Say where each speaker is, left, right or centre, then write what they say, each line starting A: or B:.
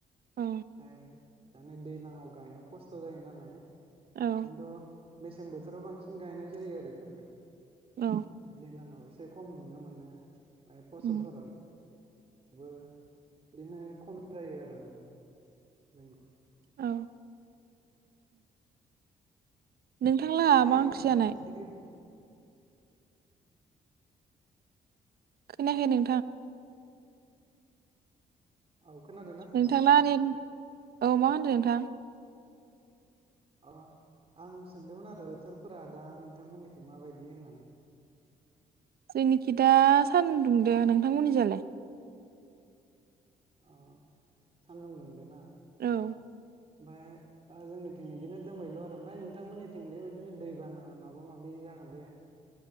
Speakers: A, on the right (about 65°); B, on the right (about 35°).
A: औ
B: ओमफाय दैज्लाङाव गायनो खस्थ' जायो नालाय खिन्थु
A: औ
B: मेसें बोथोराव बांसिन गायनाय जायो आरो इफोरखौ
A: औ
B: दैलाङाव एसे खम नुनो मोनो ओमफाय फसलफोराव
A: उम
B: बो इदिनो खम जायो आरो माने जों
A: औ नोंथांलाहा
B: <unintelligible>
A: मा ओंख्रि जानाय खोनाखै नोंथां
B: औ खोनादोंना
A: नोंथांना
B: नोंथां
A: नेथ औ मा होनदों नोंथां
B: अ आं सोंदोंमोन आरो बोथोरफोरा दा नोंथांमोननिखै माबायदि होननानै
A: जोंनिखि दा सान्दुं दुंदो नोंथांमोननि जालाय
B: अ सान्दुं दुंदो ना
A: औ
B: ओमफ्राय जोंनिथिं बिदिनो दोमैलु आरो ओमफ्राय नोंथांमोननिथिं बेबायदिनो दैबाना माबा माबि जागोना जाया